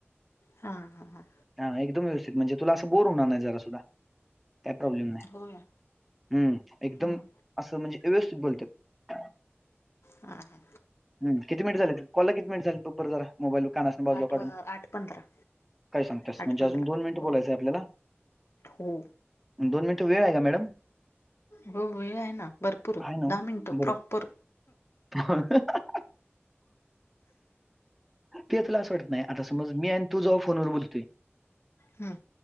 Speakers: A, on the left (about 65°); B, in the centre.
A: हा हा हा.
B: हा एकदम व्यवस्थित, म्हणजे तुला असं बोर होणार नाही जरा सुद्धा, काय प्रॉब्लेम नाय.
A: होय
B: हम्म एकदम
A: हम्म
B: असं म्हणजे व्यवस्थित बोलत्यात.
A: हां हां.
B: हम किती मिनिट झालेत कॉलला किती मिनिट झालेत बग बरं जरा, मोबाईल कानासन बाजूला
A: आठ वा
B: काढून.
A: आठ पंधरा
B: काय सांगतेस?
A: आठ
B: म्हणजे
A: पंधरा
B: अजून दोन मिनट बोलायचंय
A: हो
B: आपला.
A: हो.
B: दोन मिनट वेळ हाय का मॅडम?
A: हो वेळ आहे ना भरपूर,
B: आहे ना
A: दहा
B: ओ.
A: मिनटं, प्रॉपर.
B: बरं <inaudible> पिया तुला असं वाटत नाही, आता समज मी आणि तु जवा फोनवर बोलतोय
A: हम्म.